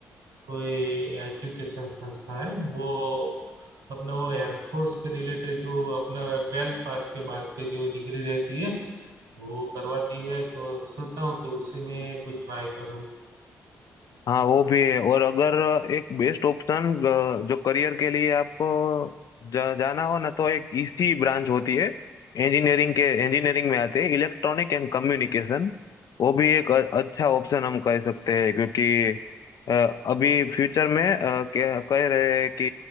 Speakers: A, on the right; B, on the left.
A: कोई एजुकेशन संस्था है वो अपना वो एयरफोर्स के रिलेटेड जो अपना ट्वेल्थ पास के बाद के जो डिग्री रहती है वो करवाती है तो सोचता हूँ कि उसी में कुछ ट्राई करूँ
B: हाँ वो भी है और अगर एक बेस्ट ऑप्शन जो करियर के लिए आपको जा, जाना हो ना तो एक ईसी ब्रांच होती है इंजीनियरिंग के इंजीनियरिंग में आते हैं इलेक्ट्रॉनिक एंड कम्युनिकेशन वो भी एक अ- अच्छा ऑप्शन हम कह सकते हैं क्योंकि अ, अभी फ्यूचर में अ, क्या- कह रहे हैं कि